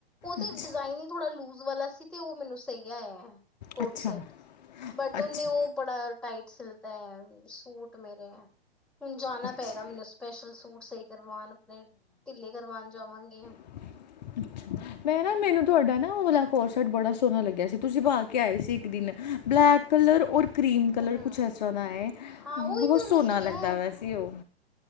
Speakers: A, in the centre; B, on the left (about 45°).
A: ਉਹ ਤੇ
B: ਅੱਛਾ
A: ਡਿਜ਼ਾਇਨ ਹੀ ਥੋੜਾ ਲੂਜ ਵਾਲਾ ਸੀ ਤੇ ਉਹ ਮੈਨੂੰ ਸਹੀ ਆਯਾ। ਕੋਡ
B: ਅੱਛਾ
A: ਸੈਟ ਬਟ ਉਹਨੇ
B: ਅੱਛਾ
A: ਉਹ ਬੜਾ ਟਾਈਟ ਸਿਲਤਾ ਹੈ ਸੂਟ ਮੇਰੇ ਹੁਣ ਜਾਣਾ
B: ਅੱਛਾ
A: ਪਏਗਾ ਮੈਨੂੰ ਸਪੈਸ਼ਲ ਸੂਟ ਸਹੀ ਕਰਵਾਉਣ ਆਪਣੇ ਢਿੱਲੇ ਕਰਵਾਣ ਜਾਵਾਂਗੀ।
B: <unintelligible> ਮੈਂ ਨਾ ਮੈਨੂੰ ਤੁਹਾਡਾ ਨਾ ਓਲਾ ਕੋਡ ਸੈਟ ਬੜਾ ਸੋਹਣਾ ਲੱਗਿਆ ਸੀ ਤੁਸੀਂ ਪਾ ਕੇ ਆਏ ਸੀ ਇੱਕ ਦਿਨ ਬਲੈਕ ਕਲਰ ਔਰ ਕਰੀਮ
A: ਹੂੰ
B: ਕਲਰ
A: ਹੂੰ
B: ਕੁਛ ਇਸਰਾ ਦਾ ਹੈ
A: ਹਾਂ
B: ਬਹੁਤ
A: ਉਹੀ ਤੇ ਉਹਨੇ
B: ਸੋਹਣਾ
A: ਸਿਲਿਆ
B: ਲੱਗਦਾ ਪਿਆ ਸੀ ਉਹ।